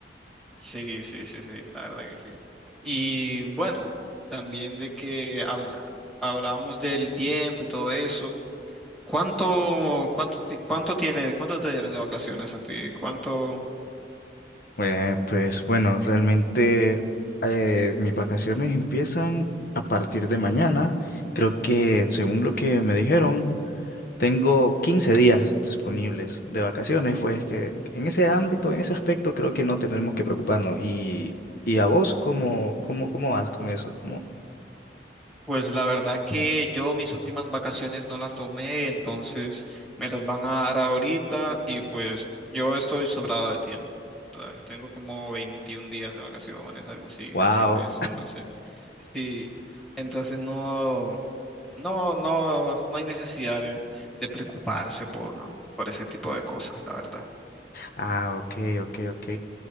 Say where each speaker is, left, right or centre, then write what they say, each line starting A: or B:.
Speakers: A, in the centre; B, on the left (about 55°).
A: Sí, sí, sí, sí, la verdad que sí. Y bueno, también de que habla- hablábamos del tiempo y todo eso. ¿Cuánto, cuánto, ti- cuánto tiene, cuánto te dieron de vacaciones a ti? ¿Cuánto?
B: Eh, pues bueno, realmente eh, mis vacaciones empiezan a partir de mañana. Creo que, según lo que me dijeron, tengo 15 días disponibles de vacaciones. Pues que en ese ámbito, en ese aspecto, creo que no tenemos que preocuparnos. ¿Y, y a vos cómo, cómo, cómo vas con eso? ¿Cómo-
A: Pues la verdad que yo mis últimas vacaciones no las tomé, entonces me las van a dar ahorita y pues yo estoy sobrado de tiempo. ¿verdad? Tengo como 21 días de vacaciones, algo así,
B: Wow.
A: casi un mes. Entonces, sí, entonces no, no, no, no hay necesidad de, de preocuparse por, por ese tipo de cosas, la verdad.
B: Ah, ok, ok, ok.